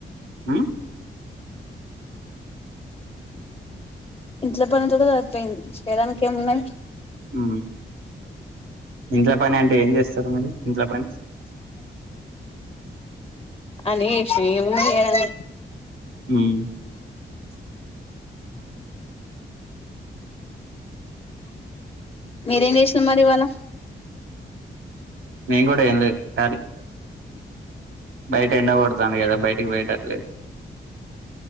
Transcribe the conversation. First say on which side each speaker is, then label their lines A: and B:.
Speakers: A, on the right (about 80°); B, on the left (about 25°).
A: హ
B: ఇంట్లో పని తోటె సరిపోయింది చేడానికి ఏమున్నది
A: అ ఇంట్ల పని అంటే ఏం చేస్తరు మరీ ఇంట్ల పని.
B: అన్నీ చేసిన ఏమున్నది చెయ్యడానిక్
A: మ్
B: మీరేం చేసిర్రు మరి ఇవాళ
A: నేను కూడా ఏం లేదు ఖాళీ. బయట ఎండ కొడతాంది కదా బయటికి పోయటట్లేదు.